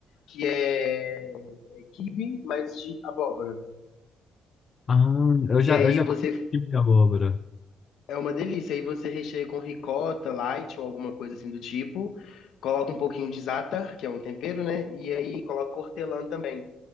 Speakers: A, on the left; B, on the left.
A: que é é quibe, mas de abóbora.
B: Ah, eu
A: E
B: já,
A: aí
B: eu já
A: você
B: comi de abóbora.
A: É uma delícia. Aí você recheia com ricota, light ou alguma coisa assim do tipo. Coloca um pouquinho de za'atar, que é um tempero, né? E aí coloca hortelã também.